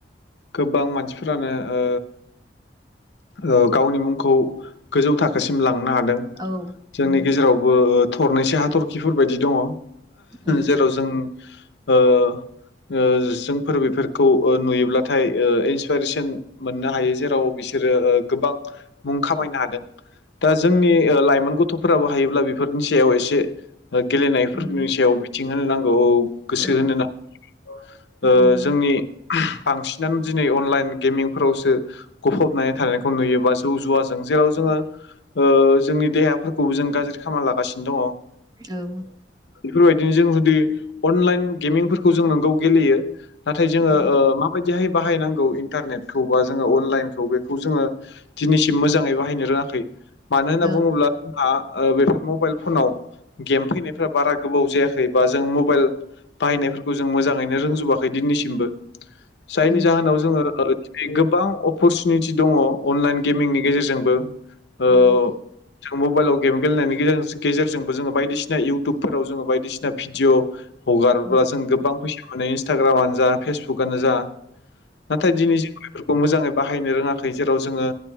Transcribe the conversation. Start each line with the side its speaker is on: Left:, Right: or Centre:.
Left: गोबां मानसिफोरानो ओ ओ गावनि मुंखौ गोजौ थाखोसिम लांनो हादों।
Right: औ
Left: जोंनि
Right: उम
Left: गेजेरावबो थरनैस हाथरखिफोर बायदि दंङ।
Right: औ
Left: जेराव जों ओ। ओ जोंफोर बेफोरखौ नुयोब्लाथाय इन्सपरेसन मोननो हायो जेराव बिसोरो गोबां मुं खामायनो हादों दा जोंनि
Right: औ
Left: लाइमोन गथ'फोराबो हायोब्ला बेफोरनि सायाव एसे गेलेनायफोरनि
Right: उम,
Left: सायाव मिथिं होनो नांगौ गोसो
Right: औ
Left: होनो नांगौ
Right: नंगौ
Left: ओ जोंनि बांसिनानो दिनै अनलाइन गेमिंफोरावसो गफबनानै थानायखौ
Right: औ
Left: नुयोबा जौ जुवाजों जेराव जोंङो ओ जोंनि देहाफोरखौबो जों गाज्रि खालामामना लागासिनो दंङ
Right: औ
Left: बेफोरबायदिनो जों जुदि अनलाइन गेमिंफोरखौ जों नोंगौ गेलेयो नाथाय जोंङो
Right: औ नंगौ
Left: ओ माबायदिहाय बाहायनांगौ इन्टारनेटखौ बा जोङो अनलाइनखौ बेखौ जोंङो दिनैसिम मोजांङै बाहायनो रोंङाखै मानो होनना
Right: औ
Left: बुंङोब्ला जोंहा बेफोर मबाइल फनाव गेम फैनाय बारा गोबाव जायाखैबा जों मबाइल बाहायनायफोरखौ जों मोजांङैनो रोंजोबाखै दिनैसिमबो जायनि
Right: औ
Left: जाहोनाव जोंङो दिनै गोबां अपरसुनिटि दंङ अनलाइन गेमिंनि गेजेरजोंबो ओ
Right: उम,
Left: जों मबाइलाव गेम गेलेनायनि गेजेरजोंबो जोंङो बायदिसिना इउ इुबाव जों बायदिसिना भिडिअ हगारोबब्ला
Right: औ
Left: जों गोबां फैसा मोनो इट्रानो ओ भेसबुगानो जा नाथाय जों दिनै बिफोरखौ खौ मोजांङै बाहायनो रोंङाखै जेराव जोङो